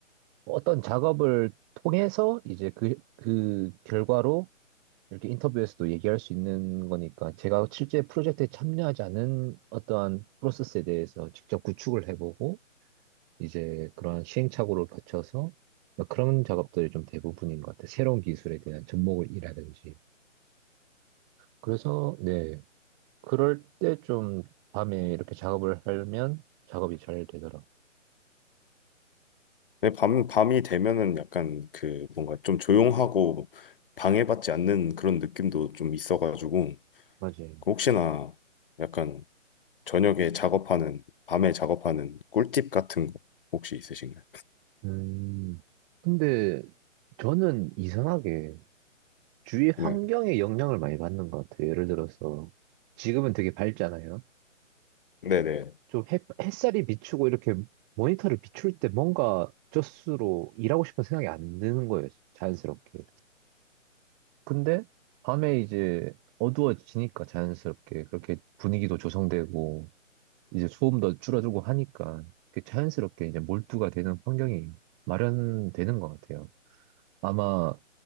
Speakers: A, on the right; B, on the left.
A: 어떤 작업을 통해서 이제 그, 그 결과로 이렇게 인터뷰에서도 얘기할 수 있는 거니까 제가 실제 프로젝트에 참여하지 않은 어떠한 프로세스에 대해서 직접 구축을 해보고 이제 그런 시행착오를 거쳐서 그런 작업들이 좀 대부분인 것 같아요. 새로운 기술에 대한 접목이라든지. 그래서, 네. 그럴 때 좀 밤에 이렇게 작업을 하면 작업이 잘 되더라고요.
B: 네, 밤 밤이 되면은 약간 그 뭔가 좀 조용하고 방해받지 않는 그런 느낌도 좀 있어가지고
A: 맞아요.
B: 그 혹시나 약간 저녁에 작업하는 밤에 작업하는 꿀팁 같은 거 혹시 있으신가요?
A: 음, 근데 저는 이상하게 주위 환경에
B: 네.
A: 영향을 많이 받는 것 같아요. 예를 들어서 지금은 되게 밝잖아요.
B: 네네.
A: 좀 햇, 햇살이 비추고 이렇게 모니터를 비출 때 뭔가 젖수로 일하고 싶은 생각이 안 드는 거예요. 자연스럽게. 근데 밤에 이제 어두워지니까 자연스럽게 그렇게 분위기도 조성되고 이제 소음도 줄어들고 하니까 그게 자연스럽게 이제 몰두가 되는 환경이 마련되는 것 같아요. 아마